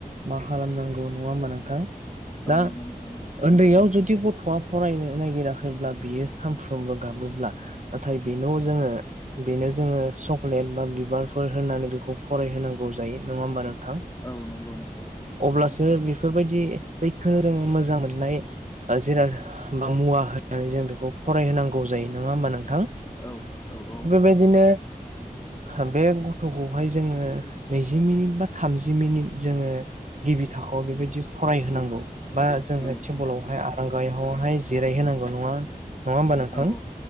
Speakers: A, on the right; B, on the left.
A: मा खालामनांगौ नङा होमबा नोंथां
B: औ
A: दा
B: नंगौ नोंथां नंगौ
A: ओन्दैयाव जुदि गथ' वा फरायनो नायगिराखैब्ला बियो सानफ्रोमबो गाबोब्ला नाथाय बेनाव जोङो बेनो जोङो चक्लेट बा बिबारफोर होनानै बेखौ फरायहोनांगौ जायो नङा होमबा नों थां
B: औ नंगौ नंगौ थारैनो
A: अब्लासो बेफोर बायदि जायखौ रोङो मोजां मोननाय जिराद बा मुवा होनानै जों बेखौ फरायहोनांगौ जायो नङा होमबा नों थां
B: औ औ औ
A: बेबायदिनो हा बे गथ गथ'खौहाय जोङो नैजि मिनिट बा थामजि मिनिट जोङो गिबि थाखोआव बेबायदि फरायहोनांगौ बा जोंङो
B: औ
A: टेबोलावहाय आरांगायावहाय जिरायहोनांगौ नङा नङा होमबा नोंथां।
B: औ